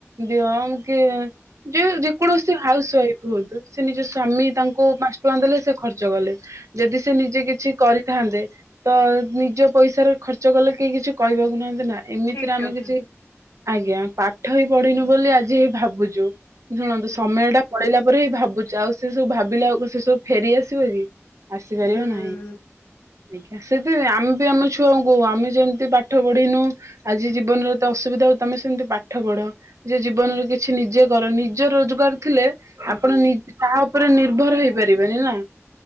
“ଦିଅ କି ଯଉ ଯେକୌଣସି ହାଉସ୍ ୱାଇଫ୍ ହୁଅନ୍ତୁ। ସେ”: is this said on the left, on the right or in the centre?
Right